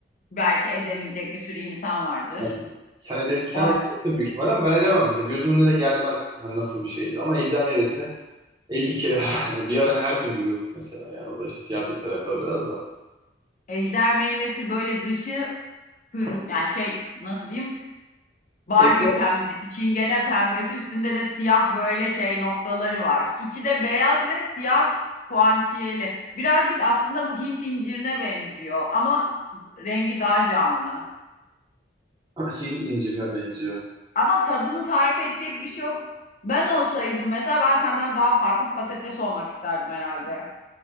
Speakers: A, on the left; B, on the right.
A: belki edemeyecek bir sürü insan vardır.
B: Yani sen, ede, sen
A: O
B: edebilirsin büyük ihtimalle ama ben edemem mesela. Gözümün önüne de gelmez hani nasıl bir şeydi. Ama ejder meyvesini 50 kere <laughs> bir ara her gün duyuyorduk mesela. Yani o da işte siyasetle alakalı biraz da.
A: ejder meyvesi böyle dışı kırm
B: Ka-
A: yani şey nasıl diyeyim? Barbie
B: Ejder
A: pembesi, çingene pembesi, üstünde de siyah böyle şey noktaları var. İçi de beyaz ve siyah puantiyeli. Birazcık aslında bu Hint incirine benziyor ama rengi daha canlı.
B: <laughs> Hint incirine benziyor.
A: Ama tadını tarif edecek bir şey yok. Ben olsaydım mesela ben senden daha farklı patates olmak isterdim herhalde.